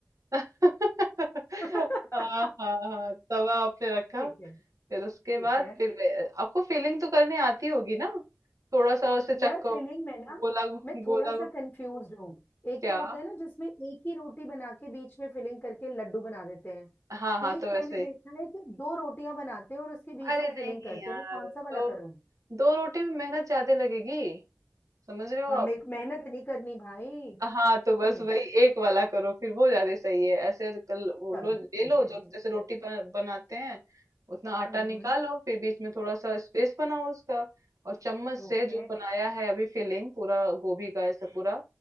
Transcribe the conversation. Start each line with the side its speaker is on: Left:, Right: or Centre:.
Right: <laughs>
Left: <laughs>
Right: हाँ हाँ हाँ तवा आपने रखा
Left: ठीक है
Right: फिर
Left: ठीक
Right: उसके बाद
Left: है
Right: फिर वे- आपको फीलिंग तो करने आती होगी ना थोड़ा सा उसे चक्को
Left: यार फिलिंग में ना
Right: गोला
Left: मैं
Right: गोला
Left: थोड़ा सा कंफ्यूज हूँ एक
Right: क्या
Left: तो होता है ना जिसमें एक ही रोटी बना के बीच में फिलिंग करके लड्डू बना देते हैं
Right: हाँ हाँ
Left: एक
Right: तो वैसे
Left: मैंने देखा है कि दो रोटियां बनाते हैं और उसके बीच
Right: अरे
Left: में
Right: नहीं
Left: फिलिंग करते
Right: यार
Left: हैं मैं कौन सा वाला
Right: दो
Left: करूँ
Right: दो रोटी में मेहनत ज्यादा लगेगी समझ रहे हो
Left: हाँ मेरे
Right: आप
Left: को मेहनत नहीं करनी भाई
Right: हाँ तो बस
Left: हम्म
Right: वही
Left: तो
Right: एक वाला करो फिर वो ज्यादा सही है ऐसे कल वो
Left: चलो
Right: लो ले
Left: ठीक
Right: लो
Left: है
Right: जो
Left: ठीक
Right: जैसे रोटी
Left: है
Right: बना- बनाते हैं उतना आटा
Left: हम्म
Right: निकालो
Left: हम्म हम्म,
Right: फिर बीच में थोड़ा सा स्पेस बनाओ उसका और चम्मच से
Left: ओके
Right: जो बनाया है अभी फिलिंग पूरा गोभी का ऐसा पूरा